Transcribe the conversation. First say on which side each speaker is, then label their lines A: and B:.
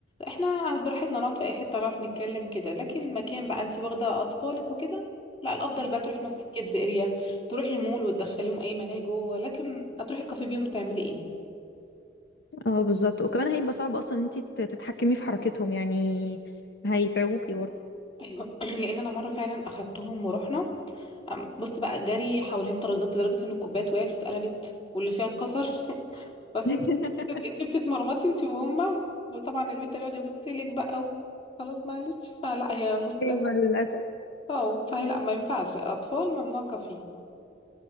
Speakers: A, on the left; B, on the left.
A: احنا براحتنا نقعد في اي حته نعرف نتكلم كده لكن المكان بقى انت واخده اطفالك وكده لا الافضل بقى تروحي مثلا كيدز اريا تروحي مول وتدخليهم اي ملاهي جوه لكن هتروحي الكافيه بيهم تعملي ايه
B: اه بالظبط وكمان هيبقى صعب أصلا إن أنت تتحكمي في حركتهم يعني هيتعبوكي برضه
A: ايوه <clears throat> لان انا مره فعلا اخدتهم ورحنا أم- بص بقى جري حوالين الترابيزات لدرجه ان الكوبايات وقعت واتقلبت واللي فيها اتكسر فتحس
B: <laughs>
A: انت بتتمرمطي انت وهما وطبعا البنت اللي يقعد يبص لك بقى و... خلاص معلش فلا هي مست...
B: ايوه للاسف
A: اه فهي لا ما ينفعش اطفال ممنوع كفيف